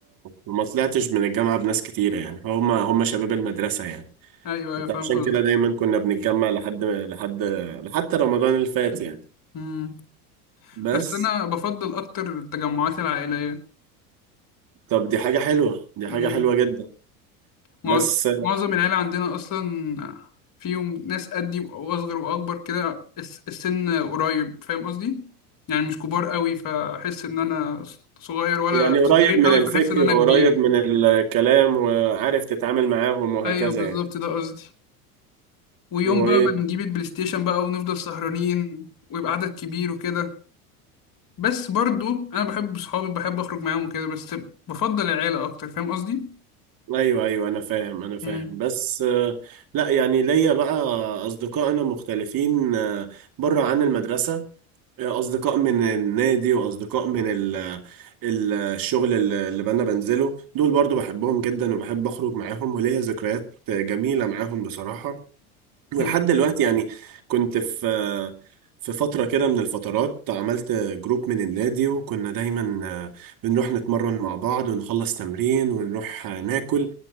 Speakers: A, on the right; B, on the left.
A: وما طلعتش من الجامعه بناس كتيره يعني هم هم شباب المدرسه يعني
B: ايوه ايوه فاهم
A: عشان
B: قصدك
A: كده دايما كنا بنتجمع لحد لحد لحد رمضان اللي فات يعني
B: مم.
A: بس
B: بس انا بفضل اكتر التجمعات العائليه
A: طب دي حاجه حلوه دي حاجه
B: مم.
A: حلوه جدا
B: مع-
A: بس
B: معظم العيلة عندنا أصلا فيهم ناس قدي وأصغر وأكبر كده الس- السن قريب فاهم قصدي؟ يعني مش كبار قوي فأحس إن أنا صغير ولا
A: يعني قريب
B: صغيرين
A: من
B: قوي فأحس
A: الفكر
B: إن أنا
A: وقريب
B: كبير
A: من الكلام وعارف تتعامل معاهم وهكذا
B: أيوه بالظبط
A: يعني
B: ده قصدي ويوم
A: هو
B: بقى
A: ايه
B: ما نجيب البلاي ستيشن بقى ونفضل سهرانين ويبقى عدد كبير وكده بس برضو أنا بحب صحابي بحب أخرج معاهم وكده بس بفضل العيلة أكتر فاهم قصدي؟
A: ايوه ايوه انا فاهم انا فاهم
B: مم.
A: بس آه، لا يعني ليا بقى اصدقاء انا مختلفين آه، بره عن المدرسة آه، اصدقاء من النادي واصدقاء من ال ال- الشغل اللي اللي انا بنزله دول برضو بحبهم جدا وبحب اخرج معاهم وليا ذكريات جميلة معاهم بصراحة ولحد
B: مم.
A: دلوقتي يعني كنت في في فترة كده من الفترات عملت جروب من النادي وكنا دايما آه، بنروح نتمرن مع بعض ونخلص تمرين ونروح آه، ناكل